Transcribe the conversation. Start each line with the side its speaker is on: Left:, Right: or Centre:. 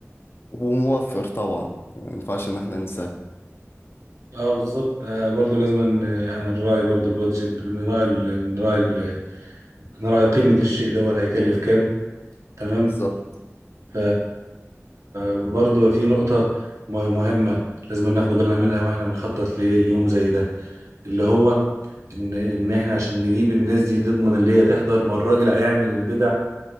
Left: وموفر طبعا ما ينفعش ان احنا ننساه
Right: اه بالظبط آه برضو لازم ان- يعني نراعي برضو البادجت نراعي ال- نراعي ال- نراعي قيمة الشيء دوت هيكلف كام تمام
Left: بالظبط
Right: ف برضو في نقطة م- مهمة لازم ناخد بالنا منها واحنا بنخطط ليوم زي ده اللي هو ان ان احنا عشان نجيب الناس دي نضمن اللي هي تحضر ما الراجل هيعمل البدع